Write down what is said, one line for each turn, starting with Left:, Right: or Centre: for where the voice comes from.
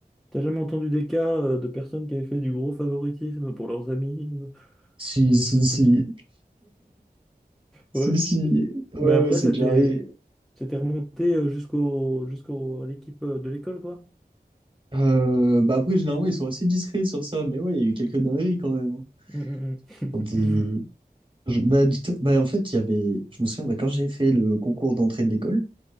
Centre: T'as jamais entendu des cas euh, de personnes qui avaient fait du gros favoritisme pour leurs amis euh,
Right: Si,
Centre: ou
Right: si,
Centre: des choses
Right: si,
Centre: comme ça?
Right: si,
Centre: Ouais.
Right: si,
Centre: Et-
Right: ouais,
Centre: Mais après,
Right: ouais, c'est
Centre: ça
Right: déjà
Centre: t'est,
Right: arrivé.
Centre: ça t'est remonté euh, jusqu'au, jusqu'au, à l'équipe euh, de l'école, quoi.
Right: Euh, bah après, généralement, ils sont assez discrets sur ça, mais ouais, il y a eu quelques dingueries quand même. hein.
Centre: Hum, hum,
Right: Quand ils,
Centre: hum. <laughs>
Right: Je- bah, du tout- bah, en fait, il y avait, je me souviens, bah, quand j'ai fait le concours d'entrée de l'école,